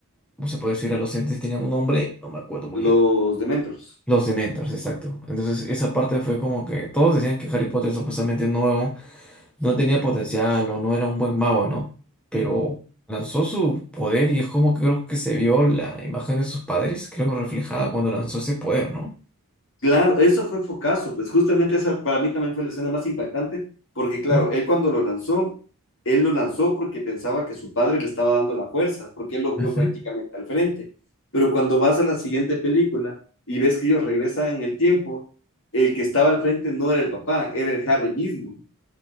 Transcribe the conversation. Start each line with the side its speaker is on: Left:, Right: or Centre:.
Centre: ¿cómo se puede decir? A los entes, tenían un nombre, no me acuerdo muy
Left: los
Centre: bien.
Left: Dementors?
Centre: Los Dementors, exacto. Entonces, esa parte fue como que todos decían que Harry Potter supuestamente no, no tenía potencial o no era un buen mago, ¿no? Pero lanzó su poder y es como que creo que se vio la imagen de sus padres, creo que reflejada cuando lanzó ese poder, ¿no?
Left: Claro, eso fue focazo, pues justamente esa para mí también fue la escena más impactante, porque claro,
Centre: Ujú,
Left: él cuando lo lanzó, él lo lanzó porque pensaba que su padre le estaba dando la fuerza, porque él lo
Centre: ujú.
Left: vio prácticamente al frente. Pero cuando vas a la siguiente película y ves que ellos regresan en el tiempo, el que estaba al frente no era el papá, era el Harry mismo.